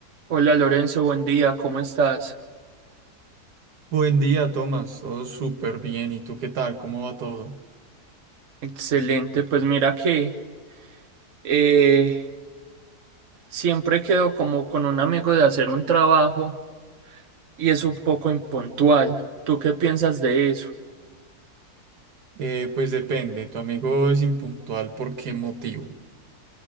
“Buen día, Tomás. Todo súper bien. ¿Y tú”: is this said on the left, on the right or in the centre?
Right